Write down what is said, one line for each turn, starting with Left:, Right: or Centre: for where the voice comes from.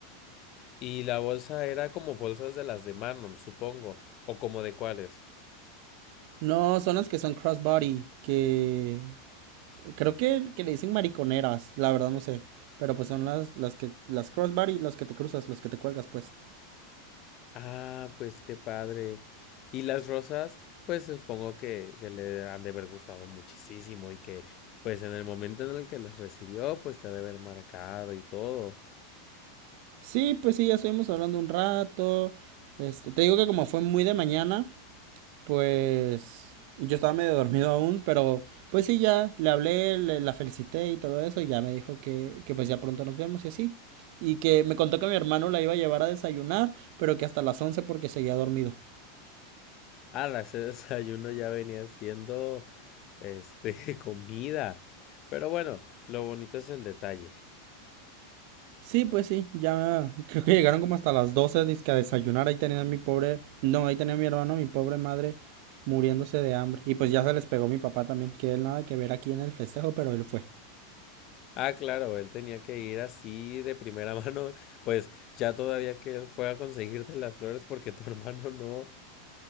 Left: Y la bolsa era como bolsas de las de Manon, supongo, o como de cuáles.
Right: No, son las que son crossbody, que creo que, que le dicen mariconeras, la verdad no sé. Pero pues son las, las que, las crossbody, las que te cruzas, las que te cuelgas, pues.
Left: Ah, pues qué padre. Y las rosas, pues supongo que, que le han de haber gustado muchísimo y que, pues en el momento en el que las recibió, pues te ha de haber marcado y todo.
Right: Sí, pues sí, ya estuvimos hablando un rato. Este, te digo que como fue muy de mañana, Pues yo estaba medio dormido aún, pero pues sí, ya le hablé, le- la felicité y todo eso, y ya me dijo que, que pues ya pronto nos vemos y así. Y que me contó que mi hermano la iba a llevar a desayunar, pero que hasta las 11 porque seguía dormido.
Left: Ah, ese <laughs> desayuno ya venía siendo, este, <laughs> comida. Pero bueno, lo bonito es el detalle.
Right: Sí, pues sí, ya creo que llegaron como hasta las 12 dizque a desayunar, ahí tenía a mi pobre, no, ahí tenía a mi hermano, mi pobre madre muriéndose de hambre. Y pues ya se les pegó mi papá también, que él nada que ver aquí en el festejo, pero él fue.
Left: Ah, claro, él tenía que ir así de primera <laughs> mano, pues ya todavía que él fue a conseguirte las flores porque tu <laughs> hermano no.